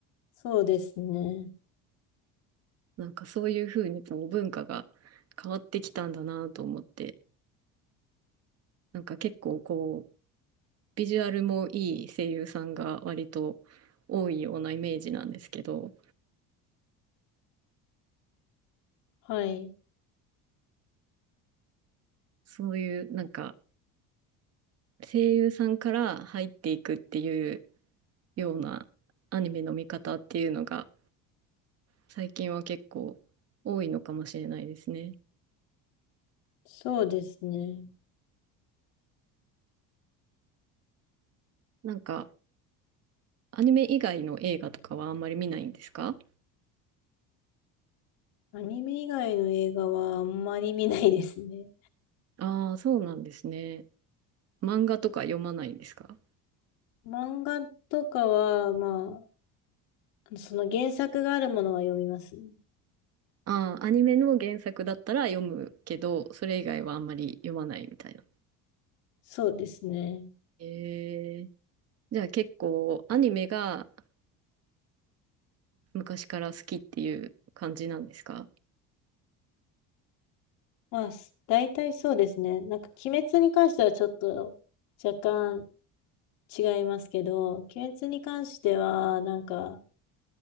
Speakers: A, on the left (about 85°); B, on the right (about 40°).
A: そうですね。
B: なんかそういうふうにこう文化が変わってきたんだなと思って、なんか結構こう、ビジュアルもいい声優さんが割と多いようなイメージなんですけど、
A: はい。
B: そういうなんか声優さんから入っていくっていうようなアニメの見方っていうのが最近は結構多いのかもしれないですね。
A: そうですね。
B: なんかアニメ以外の映画とかはあんまり見ないんですか
A: アニメ以外の映画はあんまり見ないですね。
B: ああー、そうなんですね。漫画とか読まないんですか
A: 漫画とかは、まあ、その原作があるものは読みますね。
B: ああー、アニメの原作だったら読むけど、それ以外はあんまり読まないみたいな。
A: そうですね。
B: えーじゃあ結構アニメが昔から好きっていう感じなんですか
A: まあ、す大体そうですね。なんか、鬼滅に関してはちょっと若干違いますけど、鬼滅に関しては、なんか、